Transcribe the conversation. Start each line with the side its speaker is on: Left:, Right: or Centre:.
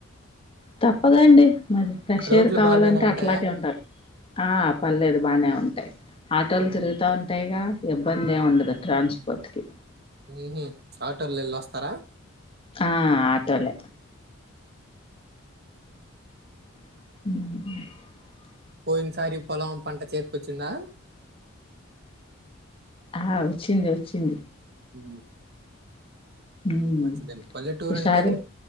Left: తప్పదండి. మరి ప్రెష్
Right: రోడ్లు
Left: ఎయిర్ కావాలంటే
Right: బాగానే ఉంటాయా
Left: అట్లాగే ఉండాలి. ఆ పర్లేదు బానే ఉంటాయ్. ఆటోలు
Right: మ్మ్.
Left: తిరుగుతా ఉంటాయిగా. ఇబ్బంది ఏం ఉండదు ట్రాన్స్పోర్ట్ కి.
Right: ఊహు ఆటోలో ఎళ్ళి వస్తారా.
Left: ఆ ఆటోలే ఊహు
Right: పోయిన్ సారి పొలం పంట చేత్ కొచ్చిందా
Left: అహా వచ్చింది వచ్చింది.
Right: ఉ
Left: హ్మ్.
Right: మంచిదండి. పల్లెటూరు
Left: ఈసారి
Right: అంటేనే